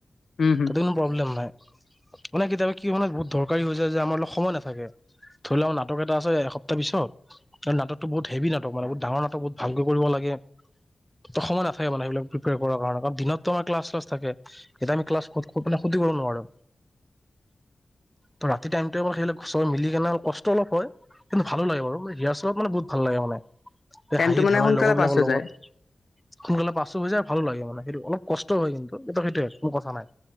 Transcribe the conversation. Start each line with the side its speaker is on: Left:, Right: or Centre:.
Left: উম হুম
Centre: তাতে কোনো প্ৰব্লেম নাই মানে কিতিয়াবা কি মানে বহুত ধৰ এনেকোৱা হৈ যায় যে। আমাৰ লগ সময় নাথাকে। ধৰি লওক নাটক এটা আছে এসপ্তাহ পিছত আৰু নাটকো বহুত হেভি নাটক। নাট মানে বহুত ডাঙৰ নাটক বহত ভালকৈ কৰিব লাগে। ত সময় নাথাকে মানে সেইবিলাক প্ৰিপেয়াৰ কৰাৰ কাৰে কাৰণ দিনত আমাৰ ক্লাছ চালাচ থাকে। এতিয়া আম ক্লাছ শেষ। কব নোৱাৰ
Left: <unintelligible>
Centre: ত ৰাতি টাইমত অ' সেইিল চবে মিলি কেনে কষ্ট অলপ হয়। কিন্তু ভালো লাগে বাৰু ৰিহাৰ্চেল ত মানে বহুত লাগে মানে। এই
Left: টাইমটো
Centre: হাঁহি
Left: মানে
Centre: ধেমালি
Left: সোনকালে
Centre: লগৰ বিলাকৰ
Left: পাছ হৈ
Centre: লগত
Left: যায়
Centre: সোনকালে পাছ হৈ যায় আৰু ভালো লাগে মানে সেইটো অলপ কষ্ট হয় কিন্তু এইটো সেইটোয়ে কোনো কথা নাই